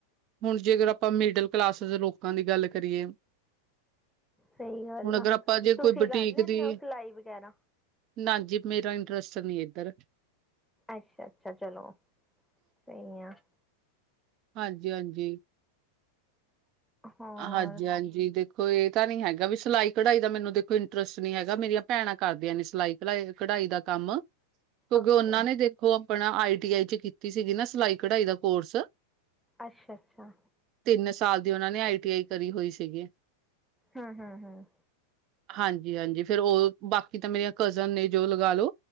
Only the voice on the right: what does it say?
ਹੁਣ ਜੇਕਰ ਆਪਾਂ ਮਿਡਲ ਕਲਾਸਿਸ ਲੋਕਾਂ ਦੀ ਗੱਲ ਕਰੀਏ
ਹੁਣ ਅਗਰ
ਆਪਾਂ ਜੇ
ਕੋਈ ਬੁਟੀਕ
ਦੀ
ਨਾ ਜੀ, ਮੇਰਾ ਇੰਟਰਸਟ ਨੀ ਇੱਧਰ।
ਹਾਂਜੀ-ਹਾਂਜੀ।
ਹਾਂਜੀ-ਹਾਂਜੀ ਦੇ ਕੋਈ ਇਹ ਤਾਂ ਨੀ ਹੈਗਾ, ਵੀ ਸਿਲਾਈ -ਕਢਾਈ ਦਾ ਮੈਨੂੰ ਦੇਖੋ, ਇੰਟਰਸਟ ਨਹੀਂ ਹੈਗਾ, ਮੇਰੀਆਂ ਭੈਣਾਂ ਕਰਦੀਆਂ ਨੇ ਸਿਲਾਈ- ਕਢਾਈ ਦਾ ਕੰਮ। ਕਿਉਂਕਿ,
ਉਹਨਾਂ ਨੇ ਦੇਖੋ। ਆਪਣਾ ਆਈ ਟੀ ਆਈ'ਚ ਕੀਤੀ ਸੀਗੀ ਨਾ, ਸਿਲਾਈ- ਕਢਾਈ ਦਾ ਕੋਰਸ।
ਤਿੰਨ ਸਾਲ ਦੀ ਉਹਨਾਂ ਨੇ, ਆਈ ਟੀ ਆਈ, ਕਰੀ ਹੋਈ ਸੀਗੀ।
ਹਾਂਜੀ- ਹਾਂਜੀ। ਫੇਰ ਉਹ ਬਾਕੀ ਤਾਂ ਮੇਰੀਆਂ ਕਜ਼ਨ ਨੇ, ਜੋ ਲਗਾ ਲੋ।